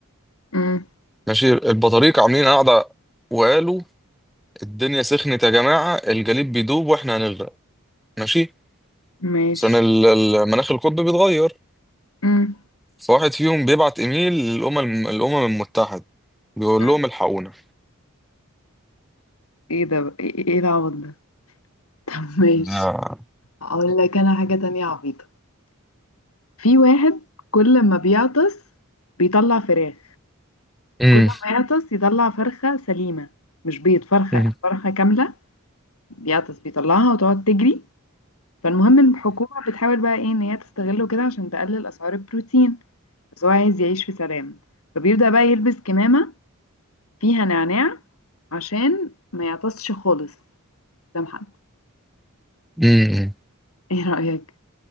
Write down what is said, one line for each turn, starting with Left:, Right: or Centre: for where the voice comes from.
Left: مم.
Centre: ماشي البطاريق عاملين قاعدة وقالوا الدنيا سخنت يا جماعة الجليد بيدوب واحنا هنغرق ماشي
Left: ماشي
Centre: عشان ال- المناخ القطب بيتغير
Left: مم.
Centre: فواحد فيهم بيبعت ايميل للأمم الأمم المتحدة بيقول
Left: مم.
Centre: لهم الحقونا
Left: ايه ده بقى؟ ايه إيه العبط ده؟ <laughs> طب ماشي
Centre: ده-
Left: اقول لك انا حاجة تانية عبيطة في واحد كل ما بيعطس بيطلع فراخ
Centre: امم
Left: كل ما يعطس يطلع فرخة سليمة مش بيض فرخة
Centre: امم
Left: فرخة كاملة بيعطس بيطلعها وتقعد تجري فالمهم الحكومة بتحاول بقى ايه ان هي تستغله كده عشان تقلل اسعار البروتين بس هو عايز يعيش في سلام فبيبدأ بقى يلبس كمامة فيها نعناع عشان ما يعطسش خالص قدام حد
Centre: امم
Left: <laughs> ايه رأيك؟